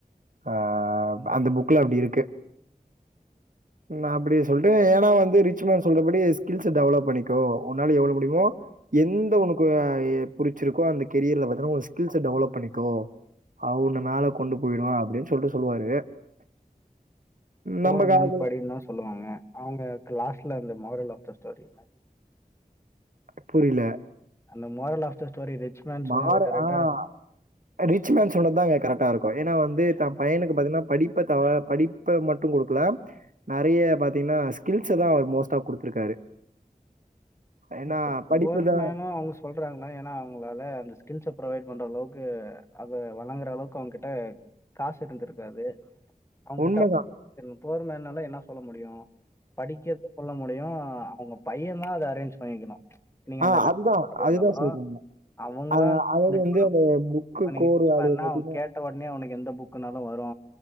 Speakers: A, on the right; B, on the left.
A: ஆ அந்த புக்ல அப்டி இருக்கு நா அப்டி சொல்ட்டு ஏனா வந்து ரிச் மேன் சொல்றபடி ஸ்கில்ஸ்ச டெவலப் பண்ணிக்கோ உன்னால எவ்ளோ முடிமோ எந்த உனக்கு புடிச்சிருக்கோ அந்த கெரியர்ல பாதன்னா உ ஸ்கில்ஸ டெவலப் பண்ணிக்கோ அவ உன்ன மேல கொண்டு போயிடு அப்டின் சொல்ட்டு சொல்லுவாரு
B: போர்
A: நம்ம
B: மேன்
A: காலத்துல
B: படின் தா சொல்லுவாங்க அவங்க க்ளஸ்ல அந்த மாரல் ஆஃப் த ஸ்டோரி
A: புரில
B: அந்த moral of the story rich man
A: மாற
B: சொன்னது கரெட்டா
A: ஆ <inaudible> ரிச் மேன் சொன்னதா அங்க கரெட்டா இருக்கு ஏனா வந்து தா பையனுக்கு பாத்தீங்னா படிப்ப த படிப்ப மட்டு குடுக்ல நறைய பாத்தீங்கன்னா ஸ்கில்ஸ தா அவர் மோஸ்ட்டா குடுத்துருக்காரு ஏன்னா
B: இப்ப புவர்
A: படிப்பு தான்
B: மேனு அவ சொல்றாங்கனே ஏனா அவங்களால அந்த ஸ்கில்ஸ ப்ரொவைட் பண்ற அளவுக்கு அது வழங்குற அளவுக்கு அவங்கிட்ட காசு இருந்துருக்காது அவங்க
A: உண்ம.
B: கிட்ட போறமேனால என்ன சொல்ல முடியு படிக்கத் சொல்ல முடியு அவங்க பைய தா அத அரேஞ்ச் பன்னிக்கணு நீங்க
A: ஆ
B: அந்த கா
A: அதுதான்,
B: <unintelligible>
A: அதுதான்
B: அலோ
A: சொல்றேங்க.
B: அவங்களா
A: அ
B: <unintelligible>
A: அதாவது வந்து அந்த புக்கு
B: இப்ப நீங்க
A: கோர்
B: ஃபிக்ஸ்
A: வேலைய
B: பண்ணா
A: பார்த்தீங்கன்னா,
B: கக் ஒட்னே அவனுக்கு எந்த புக்குனாலு வரு